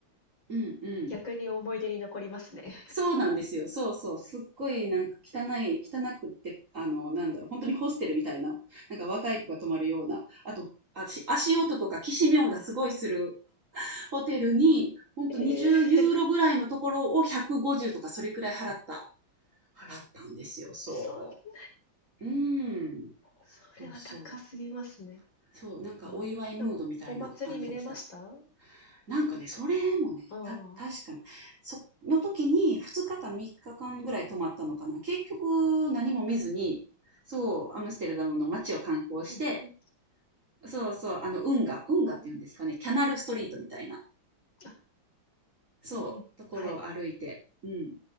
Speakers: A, on the right; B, on the left.
A: うんうん。
B: <laughs> 逆に思い出に残りますね。
A: そうなんですよ。そうそう。すっごいなんか汚い、汚くって、あの、なんだろう、本当にホステルみたいな、なんか若い子が泊まるような、あと、あし足音とかきしみ音がすごいする
B: はいは
A: ホテルに、ほんと20ユーロぐらいのところを150とかそれくらい払った
B: い。ええ。<laughs>
A: 払ったんですよ、そ
B: そ
A: う。うーん。
B: それは高すぎますね。
A: そうそう。そう、なんかお祝いムードみたいな感じでした。
B: ああ。でも、お祭り見れました？あ
A: なんかね、それもね、
B: あー。
A: た確か、その時に2日か3日間ぐらい泊まったのかな。結局何も見ずに、そう、アムステルダムの街を観光して、
B: うんうん。
A: そうそう、あの運河運河っていうんですかね、
B: おお、
A: キャナルストリートみたいな
B: あ、
A: そう、
B: うんうん。
A: ところを歩いて、
B: はい。
A: うん、